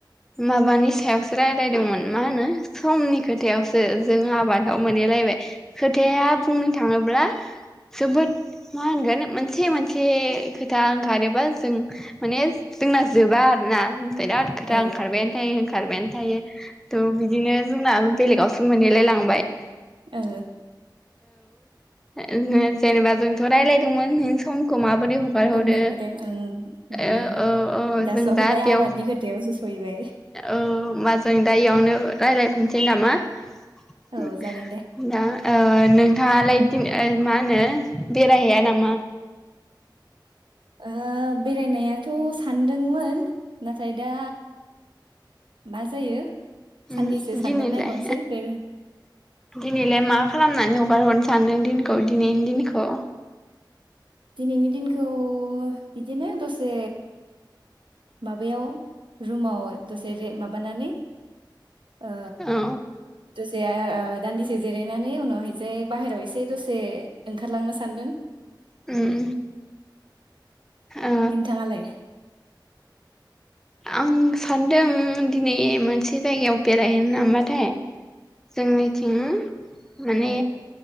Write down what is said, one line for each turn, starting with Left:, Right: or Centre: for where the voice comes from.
Centre: माबानि सायावसो रायलायदोंमोन मा होनो समनि खोथायावसो जों आबाद औ मोनहैलायबाय खोथाया बुंनो थाङोब्ला जोबोद मा होनगोन मोन मोनसे मोनसे खोथा ओंखारोबा जों माने जोंना जोबा आरोना बिराद खोथा
Right: औ
Centre: ओंखारबायानो थायो खारबायानो थायो थ' बिदिनो जोंना बेलेगावसो मोनहैलाय लांबाय
Right: औ
Centre: अ जेनेबा जोंथ' रायलायदोंमोन नों समखौ माबो रै हगार हरो
Right: समनि खोथाया ओं नोङो
Centre: ओ औ औ जों
Right: सहैबाय
Centre: दा बेयाव
Right: आबादनि खोथायावसो सहैबाय
Centre: ओ मा जों दा इयावनो रायलायफिन सै नामा उ
Right: औ जागोन दे
Centre: दा ओ नोंथाङालाय इदिनो मा होनो बेरायहैया नामा??
Right: ओह बेरायनायाथ' सानदोंमोन नाथाय दा मा जायो
Centre: उम
Right: साननैसो सानना
Centre: दिनैलाय
Right: नायबावनोसै बेनि
Centre: दिनैलाय मा खालामनानै हगार हरनो सानदों दिनखौ दिनैनि दिनखौ
Right: दिनैनि दिनखौ बिदिनो दसे माबायाव रुमाव दसेे रे माबानानै आ
Centre: औ
Right: <unintelligible> ओ ओ दानदिसे जिरायनानै उनावहायजाय बाहेरायाव एसे दसे ओंखारलांनो सानदों।
Centre: उम। ओ
Right: नोंथाङालाय?
Centre: आं सानदों दिनै मोनसे जायगायाव बेरायहैनो नामाथाय जोंनिथिं माने
Right: औ